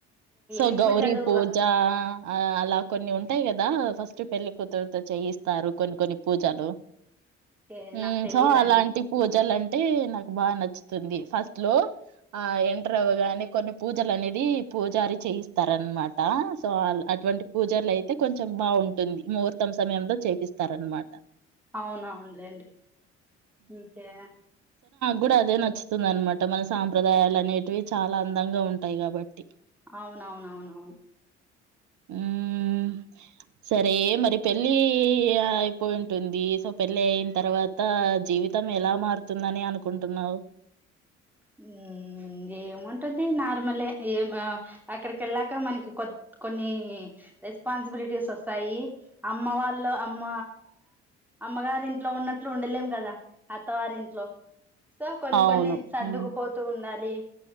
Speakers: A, on the right; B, in the centre.
A: సో
B: ఏం
A: గౌరీ
B: పూజలు
A: పూజ ఆ అలా కొన్ని ఉంటాయి కదా ఫస్ట్ పెళ్లికూతురుతో చేయిస్తారు కొన్ని కొన్ని పూజలు
B: ఓకే
A: మ్
B: నాకు తెలీదండి
A: సో అలాంటి పూజలు
B: హ్మ్.
A: అంటే నాక్ బాగా నచ్చుతుంది ఫస్ట్ లో ఆ ఎంటర్ అవగానే కొన్ని పూజలు అనేది పూజారి చేయిస్తారన్నమాట. సో అటువంటి పూజలు అయితే కొంచెం బాగుంటుంది ముహూర్తం సమయంలో చేపిస్తారన్నమాట.
B: అవునవునులేండి ఇంకే
A: కూడా అదే నచ్చుతుంది అన్నమాట మన సాంప్రదాయాలు అనేటివి చాలా అందంగా ఉంటాయి కాబట్టి.
B: అవునవునవునవును
A: హ్మ్. సరే మరి పెళ్ళి అయిపోయింటుంది సో పెళ్ళి అయిన తర్వాత జీవితం ఎలా మారుతుందని అనుకుంటున్నావు.
B: మ్ ఏముంటది నార్ మలే ఏం ఆ అక్కడికెళ్ళాక మనకు కొ కొన్ని రెస్పాన్సిబిలిటీస్ వస్తాయి. అమ్మ వాళ్ళ అమ్మ అమ్మగారి ఇంట్లో ఉన్నట్లు ఉండలేం కదా అత్తవారింట్లో సో కొన్ని
A: అవును.
B: కొన్ని సర్దుకుపోతూ
A: హ్మ్.
B: ఉన్ డాలి.